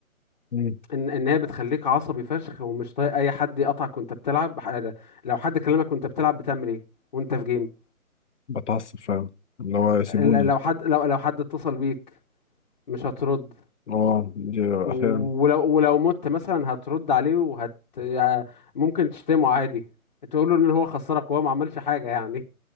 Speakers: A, on the left; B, on the left.
A: امم
B: ان ان هي بتخليك عصبي فشخ ومش طايق اي حد يقطعك وانت بتلعب ح- لو حد كلمك وانت بتلعب بتعمل ايه وانت في جيم
A: بتعصب فعلا اللي هو سيبوني
B: ال- لو حد لو لو حد اتصل بيك مش هترد
A: اه دي
B: ولو
A: احيانا
B: ولو مت مثلا هترد عليه وهت ممكن تشتمه عادي تقول له ان هو خسرك وهو ما عملش حاجه يعني